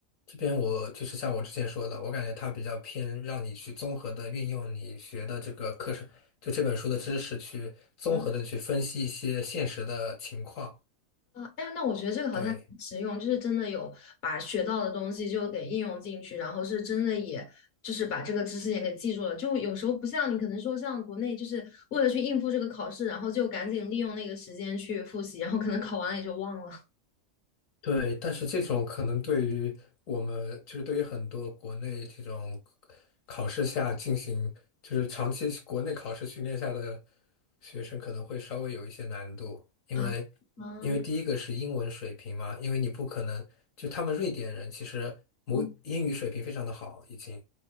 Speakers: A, on the left; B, on the left.
A: 这边我就是像我之前说的，我感觉它比较偏让你去综合的运用你学的这个课程，就这本书的知识去综合的去分析一些现实的情况。
B: 啊，哎，那我觉得这个好像很实用，
A: 对。
B: 就是真的有把学到的东西就给应用进去，然后是真的也就是把这个知识点给记住了。就有时候不像你可能说像国内，就是为了去应付这个考试，然后就赶紧利用那个时间去复习，然后可能考完了也就忘了
A: 对，但是这种可能对于我们，就是对于很多国内这种考试下进行，就是长期国内考试训练下的学生，可能会稍微有一些难度，因为
B: 啊啊，
A: 因为第一个是英文水平嘛，因为你不可能就他们瑞典人其实母英语水平非常的好，
B: 嗯
A: 已经